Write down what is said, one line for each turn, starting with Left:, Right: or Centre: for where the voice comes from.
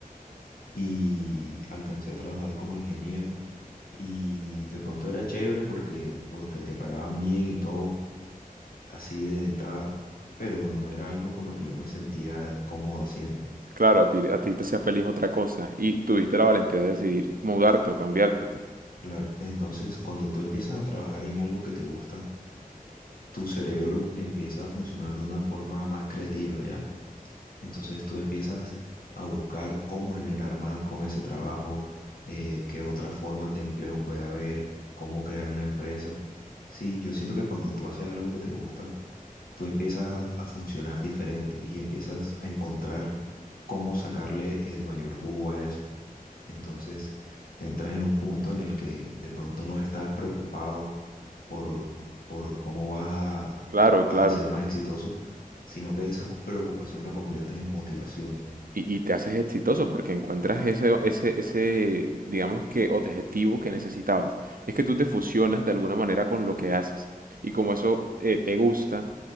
Left: y alcancé a trabajar como ingeniero y de pronto era chévere porque, porque te pagaban bien y todo, así de entrada, pero no era algo con lo que yo me sentía cómodo haciendo.
Right: Claro, a ti, a ti te hacía feliz otra cosa y tuviste la valentía de decidir mudarte o cambiarte.
Left: Claro, entonces cuando tú empiezas a trabajar en algo que te gusta, tu cerebro empieza a funcionar de una forma más creativa, ¿ya? Entonces tú empiezas a buscar cómo generar más con ese trabajo, eh, qué otras formas de empleo puede haber, cómo crear una empresa. Sí, yo siento que cuando tú haces algo que te gusta, tú empiezas a, a funcionar diferente y empiezas a encontrar cómo sacarle el mayor jugo a eso. Entonces entras en un punto en el que de pronto no estás preocupado por, por cómo vas a,
Right: Claro,
Left: a
Right: claro.
Left: ser más exitoso, sino que esa preocupación la conviertes en motivación.
Right: Y, y te haces exitoso porque encuentras ese, ese, ese, digamos que, objetivo que necesitabas. Es que tú te fusionas de alguna manera con lo que haces. Y como eso eh, te gusta,